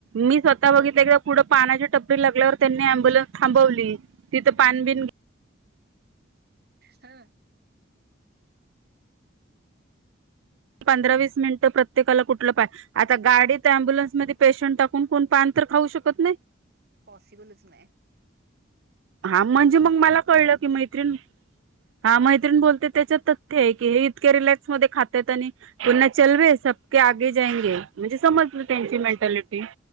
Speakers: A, on the right (about 80°); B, on the right (about 55°).
A: मी स्वतः बघितलंय. पुढं पानाची टपरी लागल्यावर त्यांनी अम्बुलन्स थांबवली तिथं पान बिन
B: हा.
A: पंधरा वीस मिनिटं प्रत्येकाला कुठलं पाय आता गाडीत अम्बुन्समध्ये पेशंट कोण कोण पान तर खाऊ शकत नाही.
B: पॉसिबलच नाही
A: हा म्हणजे
B: पण बोलणार
A: मग मला
B: कोण?
A: कळलं की मैत्रीण हा मैत्रीण बोलते त्याच्या तथ्य आहे की हे इतक्या रिलॅक्स मध्ये खात्यात आणि पुन्हा चलबे स ते आगे जायेंगे म्हणजे समजलं त्यांची मेंटॅलिटी.